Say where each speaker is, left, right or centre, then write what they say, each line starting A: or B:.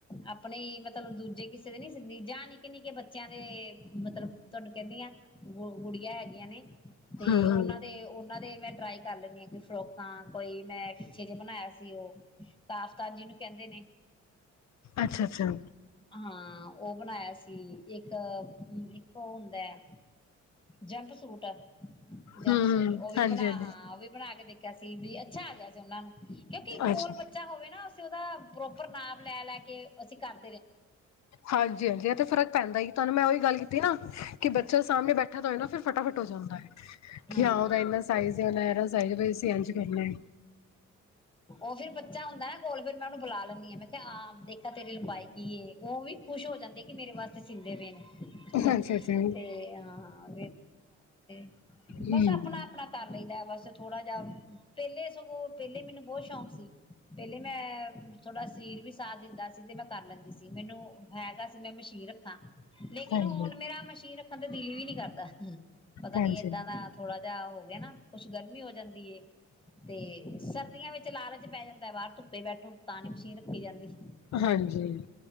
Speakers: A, on the left; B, on the left.
A: ਆਪਣੇ ਮਤਲਬ ਦੂਜੇ ਕਿਸੇ ਦੇ ਨੀ ਸਿੱਦੀ ਜਾਂ ਨਿੱਕੇ ਨਿੱਕੇ ਬੱਚਿਆਂ ਦੇ ਮਤਲਬ ਤੁਹਾਨੂੰ ਕਹਿੰਦੀ ਹ ਗੁ ਗੁੜੀਆਂ ਹੈਗੀਆਂ ਨੇ, ਤੇ
B: ਹਾਂ-ਹਾਂ,
A: ਉਹਨਾਂ ਦੇ ਉਹਨਾਂ ਦੇ ਮੈਂ ਟਰਾਈ ਕਰ ਲੈਂਦੀ ਹਾਂ ਕਿ ਫਰੋਕਾਂ ਕੋਈ ਮੈਂਟ <unintelligible> ਬਣਾਇਆ ਸੀ ਉਹ ਕਾਫਤਾਨ ਜੀਨੂੰ ਕਹਿੰਦੇ ਨੇ
B: ਅੱਛਾ-ਅੱਛਾ।
A: ਹਾਂ ਉਹ ਬਣਾਇਆ ਸੀ ਇੱਕ ਇੱਕ ਉਹ ਹੁੰਦਾ ਹੈ। ਜੈਟ ਸੂਟ ਹੈ। ਜੰਪ
B: ਹੂੰ-ਹੂੰ,
A: ਸੂਟ ਉਹ ਵੀ
B: ਹਾਂਜੀ-ਹਾਂਜੀ,
A: ਬਣਾ ਹਾਂ ਉਹ ਵੀ ਲੱਗਦੇ। <inaudible> <inaudible> ਵੀ ਅੱਛਾ ਆ ਗਿਆ ਸੀ ਉਹਨਾਂ ਨੂੰ ਕਿਉਂਕਿ ਕੋਲ
B: ਅੱਛਾ।
A: ਬੱਚਾ ਹੋਵੇ ਨਾ ਅਸੀਂ ਉਹਦਾ ਪ੍ਰੋਪਰ ਨਾਮ ਲੈ ਲੈ ਕੇ ਅਸੀਂ ਕਰ
B: ਹਾਂਜੀ ਹਾਂਜੀ ਇਹ ਤੇ ਫ਼ਰਕ ਪੈਂਦਾ ਹੀ, ਤੁਹਾਨੂੰ ਮੈਂ ਉਹੀ ਗੱਲ ਕੀਤੀ ਨਾ ਕਿ ਬੱਚਾ ਸਾਹਮਣੇ ਬੈਠਾ ਤਾਂ ਹੋਏ ਨਾ ਫਟਾਫਟ ਹੋ ਜਾਂਦਾ ਹੈ। ਕਯਾ
A: ਹੂੰ
B: ਹੋ ਰਹਾ ਹੈ ਇੰਨਾ ਸਾਈਜ਼ ਯਾ ਮੇਰਾ ਸਾਈਜ਼ ਵਾਇਜ਼ ਤੇ ਇੰਜ ਕਰਨਾ।
A: ਔਹੀ ਬੱਚਾ ਹੁੰਦਾ ਨਾ ਕੋਲ ਫਿਰ ਮੈਂ ਉਹਨੂੰ ਬੁਲਾ ਲੈਂਦੀ ਹਾਂ ਮੈਂ ਹਾਂ ਦੇਖਾ ਤੇਰੀ ਲੰਬਾਈ ਕੀ ਏ ਉਹ ਵੀ ਖੁਸ਼ ਹੋ ਜਾਂਦੇ ਕਿ ਮੇਰੇ ਵਾਸਤੇ ਸੀਂਦੇ ਨੇ ਐ। ਹਮ
B: ਅੱਛਾ-ਅੱਛਾ,
A: ਤੇ ਹਾਂ <unintelligible> <inaudible>
B: ਹੂੰ,
A: ਬਸ ਆਪਣਾ ਆਪਣਾ ਕਰ ਲਈ ਏ ਬਸ ਥੋੜਾ ਜਿਹਾ ਪਹਿਲੇ ਸਗੋਂ ਪਹਿਲੇ ਮੈਨੂੰ ਬਹੁਤ ਸ਼ੌਂਕ ਸੀ ਪਹਿਲੇ ਮੈਂ ਥੋੜਾ ਸ਼ਰੀਰ ਵੀ ਸਾਥ ਦਿੰਦਾ ਸੀ ਤੇ ਮੈਂ ਕਰ ਲੈਂਦੀ ਸੀ ਮੈਨੂੰ ਹੈਗਾ ਸੀ ਮੈਂ ਮਸ਼ੀਨ ਰੱਖਾਂ। ਲੇਕਿਨ
B: ਹਾਂਜੀ।
A: ਹੁਣ ਮੇਰਾ ਮਸ਼ੀਨ ਰੱਖਣ ਤੇ ਦਲੀ ਵੀ ਨਹੀ ਕਰਦਾ। ਹਮ। ਪਤਾ
B: ਹਾਂਜੀ
A: ਨੀ ਏਦਾਂ ਦਾ ਥੋੜਾ ਹੋ ਗਿਆ ਨਾ ਕੁਛ ਗਰਮੀ ਹੋ ਜਾਂਦੀ ਏ ਤੇ ਸਰਦੀਆਂ ਵਿੱਚ ਲਾਲਚ ਪੈ ਜਾਂਦਾ ਹੈ ਬਾਹਰ ਧੁੱਪੇ ਬੈਠੋ ਤਾਂ ਨੀ ਮਸ਼ੀਨ ਰੱਖੀ ਜਾਂਦੀ।
B: ਹਾਂਜੀ